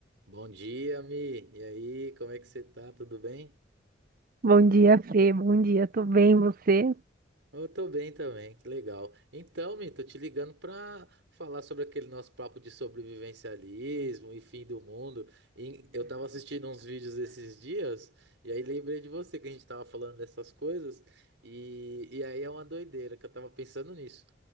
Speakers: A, on the right; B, on the right.
A: Bom dia, Mi. E aí, como é que você tá? Tudo bem?
B: Bom dia, Fê. Bom dia, tô bem, você?
A: Eu tô bem também, que legal. Então, Mi, tô te ligando pra falar sobre aquele nosso papo de sobrevivencialismo e fim do mundo. E eu tava assistindo uns vídeos esses dias, e aí lembrei de você que a gente tava falando dessas coisas, e, e aí é uma doideira que eu tava pensando nisso.